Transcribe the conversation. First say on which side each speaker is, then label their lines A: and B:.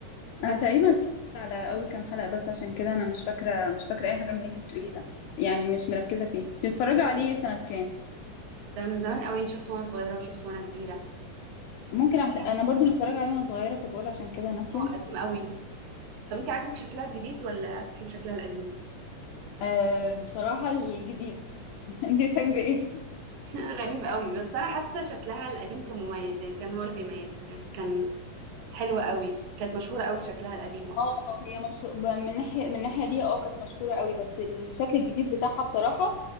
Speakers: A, on the right; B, on the left.
A: بس
B: انا تقريبا اتفرجت على اول كام حلقة بس عشان كده انا مش فاكرة مش فاكرة اي حاجة من اللي انت بتقوليه ده يعني مش مركزة فيه بتتفرجي عليه سنة كام
A: ده من زمان قوي شفته وانا صغيرة وشفته وانا كبيرة
B: ممكن عشان
A: يعني
B: انا برضو متفرجه عليه وانا صغيره فبقول عشان كده ناسيه
A: هو قديم قوي طب انت عاجبك شكلها الجديد ولا بتحبي شكلها القديم
B: أه بصراحه الجديد <laughs> انت بتحبي ايه
A: <laughs> غريب قوي بس انا حاسه شكلها القديم كان مميز يعني كان هو اللي بيميزها كان حلو قوي كانت مشهوره قوي بشكلها القديم اصلا
B: اه هي مشهور من ناحيه من الناحيه دي اه كانت مشهوره قوي بس الشكل الجديد بتاعها بصراحه